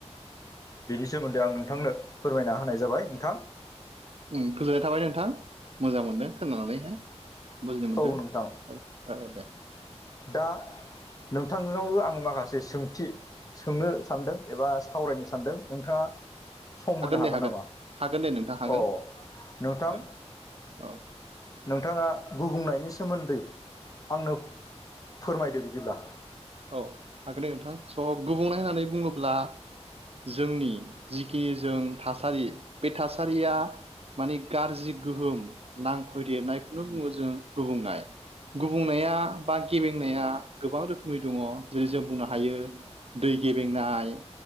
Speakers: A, on the left (about 30°); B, on the right (about 60°).
A: बेनि सोमोन्दै आं नोंथांनो फोरमायना होनाय जाबाय नोंथां।
B: उम गोजोननाय थाबाय नोंथां मोजां मोनदों खोनानानैहाय। बुजिनो मोनदों
A: औ नोंथां
B: औ दे
A: दा नोंथांनावबो आं माखासे सोंथि सोंनो सानदों एबा सावरायनो सानदों नोंथाङा सम होनो हागोन
B: दे
A: नामा?
B: हागोन दे नोंथां हागोन
A: अ नोंथां
B: हागोन औ
A: नोंथाङा गुबुंनायनि सोमोन्दै आंनो फोरमायदो बिदिब्ला।
B: औ हागोन दे नोंथां। स' गुबुंनाय होननानै बुङोब्ला जोंनि जिखिनि जों थासारि बे थासारिया माने गाज्रि गोहोम नांफैदेरनायखौनो बुङो जोङो गुबुंनाय। गुबुंनाया बा गेबेंनाया गोबां रोखोम- नि दङ। जेरै जों बुंनो हायो दै गेबेंनाय